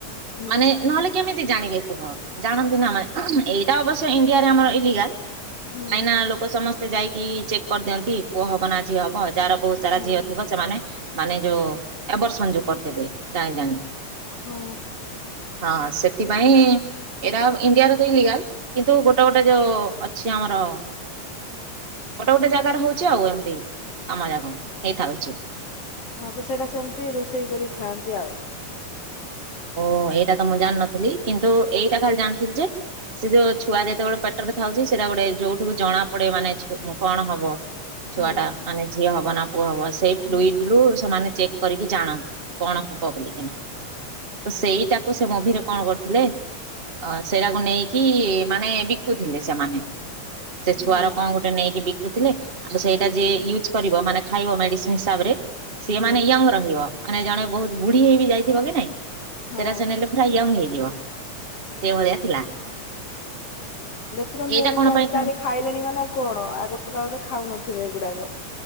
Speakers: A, on the left; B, on the right.
A: ହୁଁ
B: ମାନେ ନହେଲେ କେମିତି ଜାଣିବେ କୁହ ଜାଣନ୍ତି ନା ମାନେ ଏଇଟା ଅବଶ୍ୟ ଇଣ୍ଡିଆରେ ଆମର ଇଲଲିଗାଲ।
A: ହୁଁ
B: କାହିଁକି ନା ଲୋକ ସମସ୍ତେ ଯାଇକି ଚେକ୍ କରିଦିଅନ୍ତି ପୁଅ ହବ ନା ଝିଅ ହବ ଯାହାର ବହୁତ ସାରା
A: ହୁଁ
B: ଝିଅ ଥିବ ସେମାନେ ମାନେ ଯୋଉ ୟାବର୍ସନ ଯୋଉ କରିଦେବେ ଜାଣି ଜାଣି।
A: ହଁ।
B: ହଁ ସେଥିପାଇଁ ଏଇଟା ଇଣ୍ଡିଆରେ ତ ଇ ଲିଗାଲ କିନ୍ତୁ ଗୋଟେ ଗୋଟେ ଯୋଉ ଅଛି ଆମର ଗୋଟେ ଗୋଟେ ଜାଗାରେ ହଉଛି ଆଉ ଏମିତି କାମଜାକ ହେଇଥାଉଛି।
A: ହଁ ତ ସେଇଟା ସେମିତି ରୋଷେଇ କରିକି ଖାଆନ୍ତି ଆଉ।
B: ଓହୋ ଏଇଟା ତ ମୁଁ ଜାଣିନଥିଲି କିନ୍ତୁ ଏଇଟା ଖାଲି ଜାଣିଥିଲି ଯେ ସେ ଯୋଉ ଛୁଆ ଯେତେବେଳେ ପେଟରେ ଥାଉଛି ସେଇଟା ଗୋଟେ ଯୋଉଠି ଜଣା ପଡେ ମାନେ ଜ କଣ ହବ।
A: ହୁଁ
B: ଛୁଆ ଟା ମାନେ ଯିଅ ହବ ନା ପୁଅ ହବ ସେଇ ଫ୍ଲୁଇଡ
A: ହଁ
B: ରୁ ସେମାନେ ଚେକ୍ କରିକି ଜାଣନ୍ତି କଣ ହବ ବୋଲିକି ନା। ତ ସେଇଟାକୁ ସେ ମୁଭି ରେ କଣ କରିଥିଲେ ଅ ସେଇଟାକୁ ନେଇକି ମାନେ ବିକୁଥିଲେ ସେମାନେ। ସେ
A: ହଁ
B: ଛୁଆର କଣ ଗୋଟେ ନେଇକି ବିକୁଥିଲେ। ଆଉ ସେଇଟା ଯିଏ ୟୁଜ୍ କରିବ ମାନେ ଖାଇବ ମେଡିସିନ ହିସାବରେ ସିଏ
A: ହୁଁ
B: ମାନେ ୟଙ୍ଗ ରହିବ। ମାନେ ଜଣେ ବହୁତ ବୁଢୀ ହେଇ ବିି ଯାଇଥିବ କି ନାଇଁ।
A: ହଁ
B: ସେଟା ସେ ନେଲେ ପୁରା ୟଙ୍ଗ ହେଇଯିବ ସେଇ ଭଳିଆ ଥିଲା।
A: ଦେଖୁଛନ୍ତି
B: ଏଇଟା
A: ଏମିତି
B: କଣ
A: ଆଜି
B: ପାଇଁ ଖାଆନ୍ତି?
A: କାଲି ଖାଇଲେଣି ମାନେ ଆଉ କଣ ଆଗ କାଳରେ ଖାଉନଥିବେ ଏଗୁଡାକ।